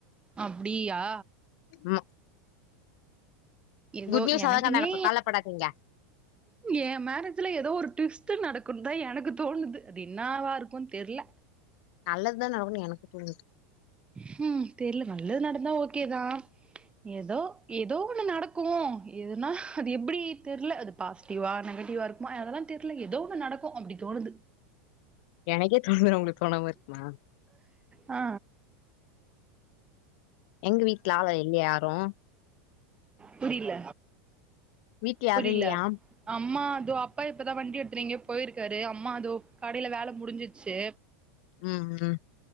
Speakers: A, on the right; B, on the left.
A: அப்டியா
B: ஆமா
A: ஏதோ
B: குட் நியூஸா
A: எனக்குமே
B: தாங்க நடக்கு கவலப்படாதீங்க
A: எ மேரேஜ்ல ஏதோ ஒரு ட்விஸ் ட் நடக்குண்தா எனக்கு தோணுது அது என்னாவா இருக்கும்னு தெர்ல
B: நல்லதுதா நடக்கும்னு எனக்கு தோணுது
A: ஹும் தெர்ல நல்லது நடந்தா ஓகேதா எதோ எதோ ஒண்ணு நடக் கும் எதுனா அது எப்டி தெர்ல அது பாசிட்டிவா நெகட்டிவா இருக்கும் அதெல்லாம் தெர்ல எதோ ஒன் நடக்கு ம் அப்டி தோணுது
B: எனக்கே தோணுது உங்களுக்கு தோணாம இருக்குமா
A: ஆ
B: எங்க வீட்ல ஆள இல்லயா யாரும்
A: புரியில
B: வீட்ல யாரும்
A: புரியில
B: இல்லையா
A: அம்மா அதோ அப்பா இப்பதா வண்டி எடுத்துனு எங்கயோ போயிருக்காரு அம்மா அது கடையில வேலை முடிஞ்சிச்சு
B: ம் ம்